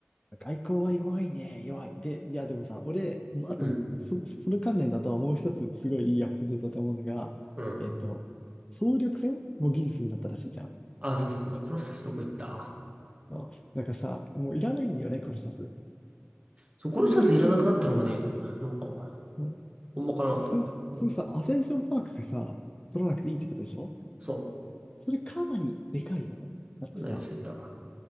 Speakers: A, on the left; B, on the right.
A: 外交は弱いね。弱い。で、いや、でもさ、俺、もうあと、
B: うん。
A: そ、その関連だとはもう一つ、すごいいいアップデートだと思うのが、
B: うん。
A: えっと、総力戦も技術になったらしいじゃん。
B: あ、そうそうそう。コロッサスどこ行った
A: あ、なんかさ、もういらないんだよね、コロサス。
B: そう、コロッサスいらなくなったのがね、
A: 総力戦。
B: なんか、
A: うん
B: ほんまかなと。
A: それ、それさ、
B: なんで
A: アセンションパークがさ、取らなくていいってことでしょ
B: そう。
A: それかなりでかいよね。だってさ、
B: なりすぎた。